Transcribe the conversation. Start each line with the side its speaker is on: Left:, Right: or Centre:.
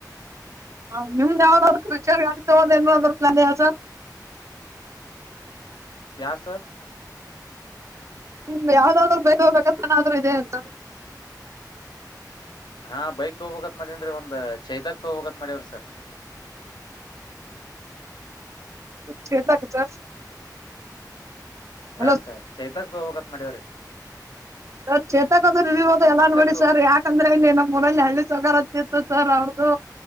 Right: ಹ ನಿಮ್ದ್ ಯಾವ್ದಾದ್ರುಚರ್ ಗಾಡಿ ತಗೋದ ಏನಾದ್ರೂ ಸರ್.
Left: ಯಾ ಸರ್.
Right: ನಿ ಯಾವ್ದಾದ್ರು ಬೇಕ ಬೇಕಥನಾದ್ರೂ ಇದೆ ಅಂತ.
Left: ಹಾ ಬೈಕ್ ತೂಗೋಬೇಕ್ ಮಾಡೇನ್ರಿ ಒಂದ್ ಚೈತಾಕ್ ತಗೋಬೇಕತ್ ಮಾಡೇವ್ರಿ ಸರ್. <inaudible>
Right: ಚೇತಕ್ ಸರ್.
Left: ಹಾ
Right: ಹಲೋ
Left: ರೀ ಸರ್ ಚೈತಾಕ ತಗೋಬೇಕ ಅಂತ ಮಾಡ್ಯವ್ರಿ
Right: ಸರ್ ಚೇತೋಂದ್ರವ ಎಲ್ಲಾ ನೋಡಿ
Left: ತಗೋ
Right: ಸರ್ ಯಾಕಂದ್ರೆ ಇಲ್ಲಿ ನಮ್ಮ್ ಊರಲ್ಲಿ ಹಳ್ಳಿ ಸೊಗಾರತ್ತಿರ್ತ ಸರ್ ಅವ ಹದು